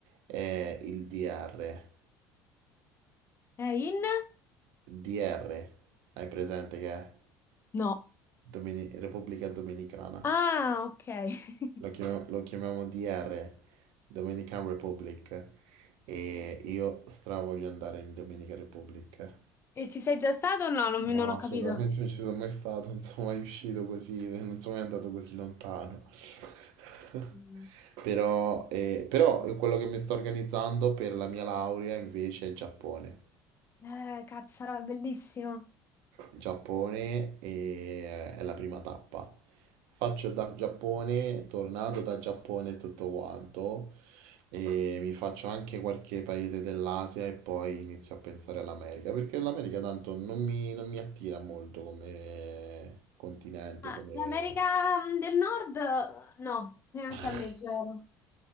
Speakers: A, on the right (about 75°); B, on the left (about 30°).
A: è il DR.
B: È in?
A: DR, hai presente che è
B: No,
A: Domini- Repubblica Dominicana?
B: Ah, ok. <laughs>
A: Lo chiamiamo, lo chiamiamo DR, Dominican Republic, e io stra voglio andare in Dominica Republic.
B: E ci sei già stato o no? Non,
A: No,
B: non ho
A: assolutamente
B: capito.
A: non ci sono mai stato, non sono mai uscito così, non sono mai andato così lontano. <laughs>
B: Mm.
A: Però, eh, però quello che mi sto organizzando per la mia laurea invece è Giappone.
B: Eh, cazzarola, è bellissimo.
A: Giappone e eh, è la prima tappa. Faccio da Giappone, tornato da Giappone e tutto quanto, e mi faccio anche qualche paese dell'Asia e poi inizio a pensare all'America, perché l'America tanto non mi, non mi attira molto come continente,
B: Ah,
A: come...
B: l'America mm, del Nord, eh, no, neanche
A: <laughs>
B: a me zero.